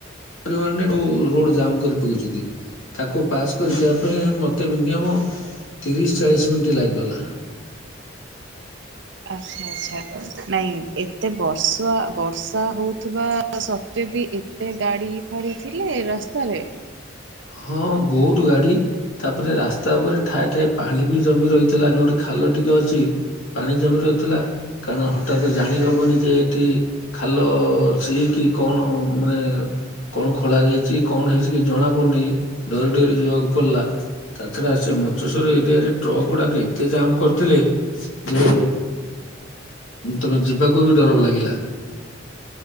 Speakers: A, on the left; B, on the right.
A: ପରିମାଣରେ ଓ ରୋଡ ଜାମ କରି ପକଉଛନ୍ତି ତାକୁ ପାସ୍ କରିି ଯିବା ପାଇଁ ମତେ ମିନିମମ୍ ଓ ତିରିଶ ଚାଳିଶ ମିନିଟ ଲାଗିଗଲା।
B: ଆଚ୍ଛା ଆଛା ନାଇଁ ଏତେ ବର୍ଷା ବର୍ଷା ହଉଥିବା ସତ୍ତ୍ୱେ ବି ବି ଏତେ ଗାଡି ଫାଡି ଥିଲେ ରାସ୍ତାରେ।
A: ହଁ ବହୁତ ଗାଡି ତାପରେ ରାସ୍ତା ଉପରେ ଠାଏ ଠାଏ ପାଣି ବି ଜମି ରହିଥିଲା ଯୋଉଠି ଖାଲ ଖାଲ ଟିକେ ଅଛି ପାଣି ଜମି ରହୁଥିଲା କାରଣ ହଠାତ୍ ଜାଣି ହବନି ଯେ ଏଠି ଖା ଭଲ ଅଛି କି କଣ ମାନେ କଣ ଖୋଳା ଯାଇଛି କଣ ହେଇଛି କି ଜଣା ମୁଁ ନି ନେଇ ଡରି ଡରି ଯିବାକୁ ପଡିଲା ତା ଛଡା ସେ ମଞ୍ଚେଶ୍ଵର ଏରିଆ ରେ ଟ୍ରକ୍ ଗୁଡା ଏତେ ଯେ ଜମ୍ କରୁଥିଲେ ଯେ ତମେ ଯିବାକୁ ବି ଡର ଲାଗିଲା।